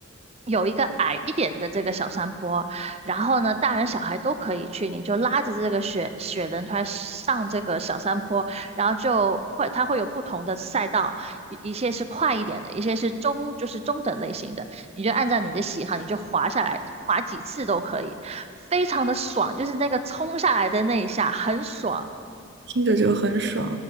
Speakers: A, on the right; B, on the right.
A: 有一个矮一点的这个小山坡，然后呢，大人小孩都可以去，你就拉着这个雪雪轮胎上这个小山坡，然后就会它会有不同的赛道，一一些是快一点的，一些是中就是中等类型的。你就按照你的喜好，你就滑下来，滑几次都可以，非常的爽，就是那个冲下来的那一下很爽，
B: 听着就很爽。